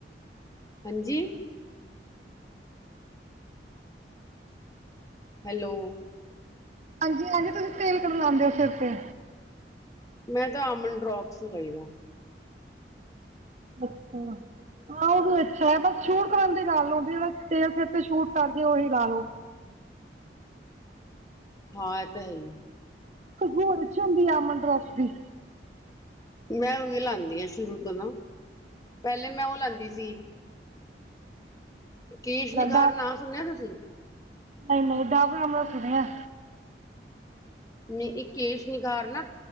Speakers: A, on the left; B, on the right.
A: ਹਾਂਜੀ ਹੈਲੋ
B: ਹਾਂਜੀ ਹਾਂਜੀ ਤੁਸੀਂ ਤੇਲ ਕਢਵਾਉਂਦੇ ਹੋ ਸਿਰ ਤੇ
A: ਮੈਂ ਤਾਂ ਆਮਨ ਡਰੋਪਸ ਲਗਾਈ ਦਾ
B: ਬੱੱਕ ਹਾਂ ਉਹ ਵੀ ਅੱਛਾ ਹੈ ਬਸ ਛੂਟ ਕਰਨ ਦੀ ਗ ਲਦੀ ਜਿਹੜਾ ਤੇਲ ਸੇਿਰ ਤੇ ਛੂਟ ਕਰਕੇ ਉਹੀ ਲਾ ਲੋਓ
A: ਹਾਂ ਆ ਤਾਂ ਹੈ ਹੀ
B: ਘਗੂੂਰ ਚ ਹੁੰਦੀ ਆ ਅਮਨ ਰੋਸ ਦੀ
A: ਮੈਂ ਉਹੀ ਲਾਉਂਦੀ ਹਾਂ ਸ਼ੁਰੂ ਤੋਂ ਨਾ ਪਹਿਲੇ ਮੈਂ ਉਹ ਲਾਉਂਦੀ ਸੀ ਕੀ ਨਿਖਾਰ
B: ਡਵ
A: ਨਾਂ ਸੁਣਿਆ ਤੁਸੀਂ
B: ਨਹੀਂ ਨਹੀਂ ਡਬਰਮਣਾ ਸੁਣਿਆ
A: ਮ ਇੱਕਸ਼ ਨਿਖਾਰ ਨਾ